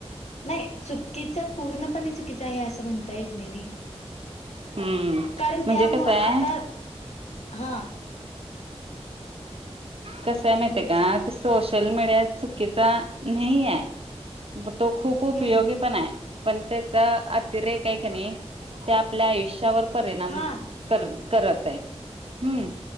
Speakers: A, on the left (about 75°); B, on the right (about 60°).
A: नाही चुकीचं पूर्णपणे चुकीचं आहे असं म्हणता येत नाही
B: हम्म
A: कारण
B: म्हणजे
A: त्यामुळ
B: कसं
A: आता
B: आहे
A: हा
B: कसय माहिितय
A: बोल
B: का
A: की
B: ते सोशल मीडिया चुकीचा नाही आहे तो खूप उपयोगी
A: हम्म.
B: पण आहे पण त्याचा अतिरेक आहे क नाही ते आपल्या आयुष्यावर परिणाम
A: हा
B: करत करत आहे हम्म